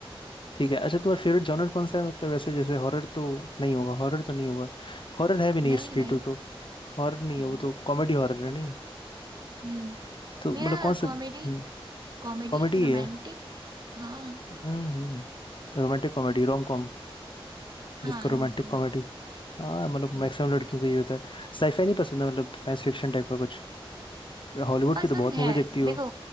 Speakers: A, on the left; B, on the right.
A: ठीक है अच्छा तुम्हारा फेवरेट जॉनर कौन सा है मतलब ऐसे जैसे हॉरर तो नहीं होगा हॉरर तो नहीं होगा हॉरर है भी नहीं
B: नहीं
A: स्ट्रीट
B: नहीं
A: टू तो हॉरर नहीं
B: हम्म
A: है वो तो कॉमेडी हॉरर है नहीं
B: हम्म
A: तो
B: मेरा
A: मतलब कौन सा
B: कॉमेडी
A: हम्म
B: कॉमेडी
A: कॉमेडी
B: रोमांटिक
A: है
B: हाँ
A: हम्म हम्म Romantic comedy rom com
B: हाँ
A: जिसको रोमांटिक
B: रोम कॉम
A: कॉमेडी हाँ मतलब
B: हम्म
A: मैक्सिमम लड़कियों को ये होता है साईफाई नहीं पसंद है मतलब साइंस फिक्शन टाइप का कुछ हॉलीवुड
B: पसंद
A: की तो बहुत
B: है
A: मूवी देखती हो
B: देखो